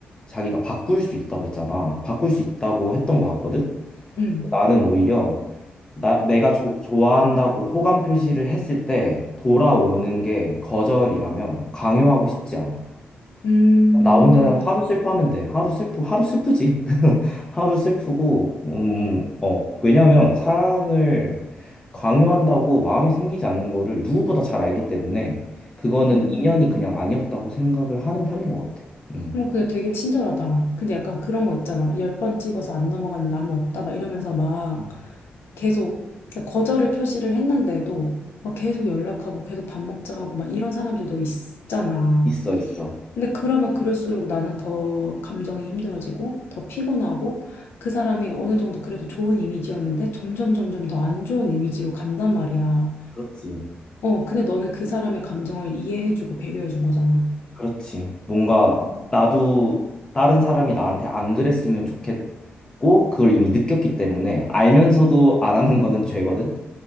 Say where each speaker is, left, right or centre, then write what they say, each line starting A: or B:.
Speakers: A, on the left (about 25°); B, on the left (about 85°).
A: 자기가 바꿀 수 있다고 했잖아. 바꿀 수 있다고 했던 것 같거든.
B: 응.
A: 나는 오히려 나 내가 조- 좋아한다고 호감 표시를 했을 때 돌아오는 게 거절이라면 강요하고 싶지 않아.
B: 음,
A: 나 혼자 하루 슬퍼하면 돼. 하루 슬프, 하루 슬프지. <laughs> 하루 슬프고, 음, 어, 왜냐면 사랑을 강요한다고 마음이 생기지 않는 거를 누구보다 잘 알기 때문에 그거는
B: 음.
A: 인연이 그냥 아니었다고 생각을 하는 편인 것 같아. 음,
B: 어, 그냥 되게 친절하다. 근데 약간 그런 거 있잖아. 막 열 번 찍어서 안 넘어가는 나무 없다. 막 이러면서 막
A: 음,
B: 계속 그러니까 거절을 표시를 했는데도 막 계속 연락하고 계속 밥 먹자 하고 막 이런 사람들도 있잖아.
A: 있어, 있어.
B: 근데 그러면 그럴수록 나는 더 감정이 힘들어지고 더 피곤하고 그 사람이 어느 정도 그래도 좋은 이미지였는데 점점 점점 더 안 좋은 이미지로 간단 말이야.
A: 그렇지.
B: 어, 근데 너는 그 사람의 감정을 이해해주고 배려해준 거잖아.
A: 그렇지. 뭔가
B: 음.
A: 나도 다른 사람이 나한테 안 그랬으면 좋겠고, 그걸 이미 느꼈기 때문에 알면서도 안 하는 거는 죄거든.